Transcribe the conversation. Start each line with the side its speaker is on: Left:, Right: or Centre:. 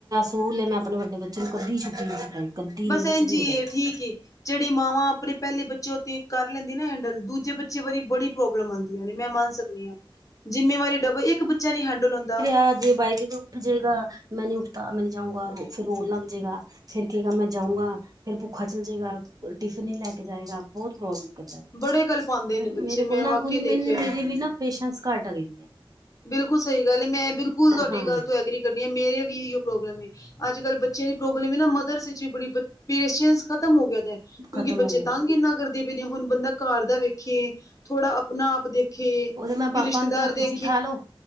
Right: ਸਕੂਲ ਮੈਂ ਆਪਣੇ ਵੱਡੇ ਬੱਚੇ ਨੂੰ ਕਦੀ ਛੁੱਟੀ ਨਹੀਂ ਕਰਾਈ ਕਦੀ
Left: ਬਸ
Right: ਨੀ
Left: ਇੰਜ
Right: ਕੁਛ ਵੀ ਹੋ ਜਾਏ
Left: ਠੀਕ ਈ ਜੇੜੀ ਮਾਵਾਂ ਆਪਣੇ ਪੈਲੇ ਬੱਚੇ ਓ ਤੇ ਕਰ ਲੈਂਦੀ ਐ ਨਾ ਹੈਂਡਲ ਦੂਜੇ ਬੱਚੇ ਵਾਰੀ ਬੜੀ ਪ੍ਰੋਬਲਮ ਆਂਦੀ ਮੈਂ ਮੰਨ ਸਕਦੀ ਆਂ, ਜਿੰਮੇਵਾਰੀ ਡਬਲ ਇੱਕ ਬੱਚਾ ਨੀ ਹੈਂਡਲ ਹੁੰਦਾ।
Right: ਹਾਂਜੀ ਬਾਈ ਜੀ ਨੂੰ। ਉਠ ਜੇਗਾ ਮੈਂ ਨੀ ਉੱਠਦਾ ਮੈ ਨੀ ਜਾਊਂਗਾ ਰੋ ਫਿਰ ਰੋਣ ਲੱਗ ਜੇਗਾ ਫੇਰ ਕੇਗਾ ਮੈਂ ਜਾਊਂਗਾ ਫੇਰ ਭੁੱਖਾ ਚੱਲ ਜੇਗਾ ਟਿਫਨ ਨੀ ਲੈ ਕੇ ਜਾਏਗਾ ਬੋਤ ਪ੍ਰੋਬਲਮ
Left: ਬੜੇ ਗੱਲ ਪਾਂਦੇ
Right: ਫੇਰ
Left: ਨੇ ਬੱਚੇ
Right: ਮੇਰੇ ਕੋਲ
Left: ਮੈਂ
Right: ਨਾ
Left: ਵਾਕਿਆ
Right: ਕੁ
Left: ਦੇਖਿਆ
Right: ਮੈਨੂੰ ਮੇਰੀ
Left: ਏ।
Right: ਵੀ ਨਾ ਪੇਸ਼ੈਂਸ ਘਾਟ ਆ ਗੀ।
Left: ਬਿਲਕੁਲ ਸਈ ਗੱਲ ਐ ਮੈਂ ਬਿਲਕੁਲ ਤੁਆਡੀ
Right: ਹਾਂ
Left: ਗੱਲ ਤੋਂ ਐਗਰੀ ਕਰਨੀ ਆ ਮੇਰੇ ਵੀ ਏਈਓ ਪ੍ਰੋਬਲਮ ਏ ਅੱਜ ਕੱਲ ਬੱਚੇਆਂ ਦੀ ਪ੍ਰੋਬਲਮ ਐ ਨਾ ਮਦਰਸ ਵਿੱਚ ਵੀ ਬੜੀ ਪੇਸ਼ੈਂਸ ਖਤਮ ਹੋ ਗਿਆ ਦੈ ਕਿਉਂਕਿ
Right: ਖਤਮ
Left: ਬੱਚੇ
Right: ਹੋ ਗਏ
Left: ਤੰਗ
Right: ਨੇ
Left: ਏਨਾ ਕਰਦੇ ਪਏ ਨੇ ਹੁਣ ਬੰਦਾ ਘਰ ਦਾ ਵੇਖੇ ਥੋੜਾ ਅ ਅਪਨਾ ਆਪ ਦੇਖੇ,
Right: ਉਹਦੇ ਮੈਂ
Left: ਕੇ
Right: ਪਾਪਾ
Left: ਰਿਸ਼ਤੇਦਾਰ
Right: ਨੂੰ ਕਿਹਾ
Left: ਦੇ
Right: ਤੁਸੀਂ ਠਾ ਲੋ,